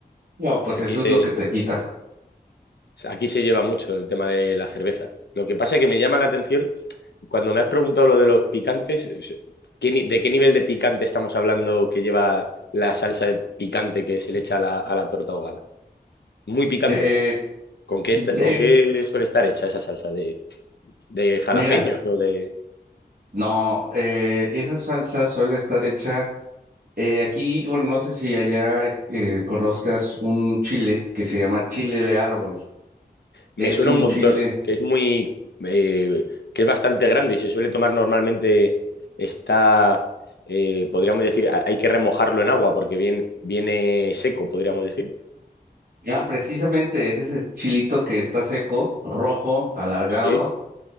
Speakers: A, on the right; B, on the left.
A: No, pues
B: que Aquí
A: eso
B: se,
A: es lo que te quita.
B: aquí se lleva mucho el tema de la cerveza. Lo que pasa es que me llama la atención, cuando me has preguntado lo de los picantes, es- ¿qué ni- ¿de qué nivel de picante estamos hablando que lleva la salsa de picante que se le echa a la, a la torta ahogada? Muy picante.
A: Eh,
B: ¿Con qué,
A: es,
B: esta- con qué suele estar hecha esa salsa? ¿De, de jalapeños
A: mira.
B: o de...?
A: No, eh, esa salsa suele estar hecha eh, aquí, bueno, no sé si allá eh, eh, conozcas un chile que se llama chile de árbol.
B: Me
A: Es
B: suena
A: un
B: un montón,
A: chile,
B: que es muy, eh, que es bastante grande y se suele tomar normalmente, está, eh, podríamos decir, ha- hay que remojarlo en agua porque viene, viene seco, podríamos decir.
A: ah, precisamente es ese chilito que está seco, rojo, alargado.
B: Sí.